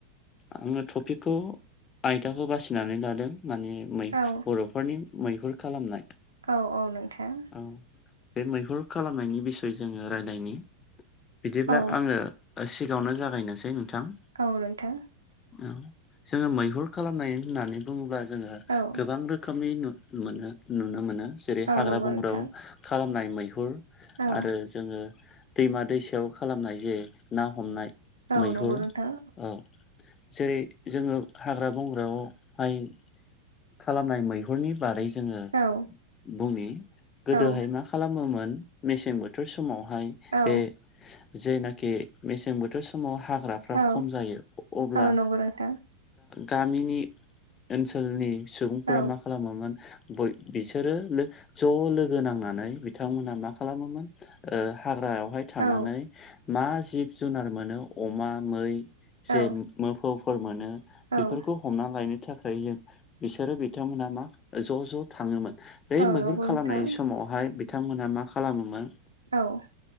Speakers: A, on the left (about 25°); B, on the right (about 75°).
A: आङो टपिकखौ आयदाखौ बासिनानै लादों। मानेै
B: औ
A: बर'फोरनि मैहुर खालामनाय।
B: औ औ नोंथां।
A: औ बे मैहुर खालामनायनि बिसय जोङो रायनायनि बिदिब्ला
B: औ
A: आङो। सिगाङावनो जागायनोसै नोंथां।
B: औ नोंथां।
A: औ जोङो मैहुर खालामनाय होननानै बुङोब्ला जोङो
B: औ
A: गोबां रोखोमनि। मोनो नुनो मोनो जेरै
B: औ
A: हाग्रा
B: नंगौ
A: बंग्रायाव
B: नोंथां
A: खालामनाय मैहुर
B: औ
A: आरो जोङो। दैमा दैसायाव खालामनाय जे ना हमनाय
B: औ
A: मैहुर
B: नंगौ नोंथां
A: औ। जेरै जोङो हाग्रा बंग्रायावहाय खालामनाय मैहुरनि बारै जोङो
B: औ
A: बुंनि गोदोहाय
B: औ
A: मा? खालामोमोन मेसें बोथोर समावहाय
B: औ
A: बे जेनाखि मेसें बोथोर समाव हाग्राफ्रा
B: औ
A: खम जायो अब्ला।
B: औ नंगौ नोंथां
A: गामिनि ओनसोलनि सुबुंफोरा
B: औ
A: मा खालामोमोन। बिसोरो ज' लोगो नांनानै बिथांमोनहा मा खालामोमोन। हाग्रायावहाय थांनानै
B: औ
A: मा जिब जुनार मोनो अमा मै जे
B: औ
A: मोफौफोर मोनो
B: औ
A: बेफोरखौ हमना लायनो थाखाय जों। बिसोरो बिथांमोनहा मा ज' ज' थाङोमोन बै
B: औ
A: मैहुर
B: नंगौ नोंथां
A: खालामनाय समावहाय। बिथांमोनहा मा खालामोमोन।
B: औ